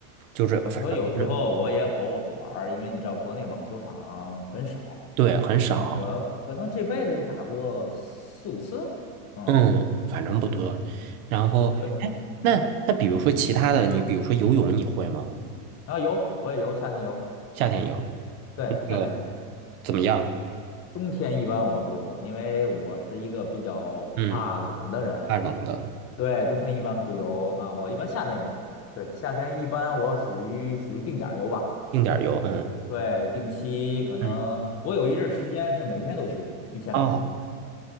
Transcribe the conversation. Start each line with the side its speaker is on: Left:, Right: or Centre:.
Right: 就是反正是
Left: 网球有时候我也偶尔玩儿，因为你知道国内网球场很少。
Right: 对，很少，
Left: 嗯，我可能这辈子就打过四五次。嗯，
Right: 嗯，反正不多。然后，
Left: 对，
Right: 哎，那那比如说其他的，你比如说游泳，你会吗？
Left: 然后游我也游，夏天游，
Right: 夏天游，
Left: 对，夏天游，
Right: 呃，怎么样？
Left: 冬天一般我不游，因为我是一个比较怕冷的人。
Right: 嗯，怕冷的，
Left: 对，冬天一般不游啊，我一般夏天游。对，夏天一般我属于属于定点儿游吧。
Right: 定点儿游，嗯
Left: 就是对，定期可能我有一阵儿时间是每天都去一千米，
Right: 嗯。哦